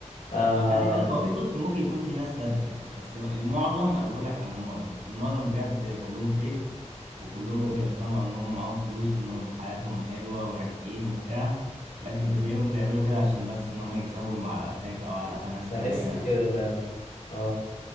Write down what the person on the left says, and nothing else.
آه
بحس
كده فعلا اه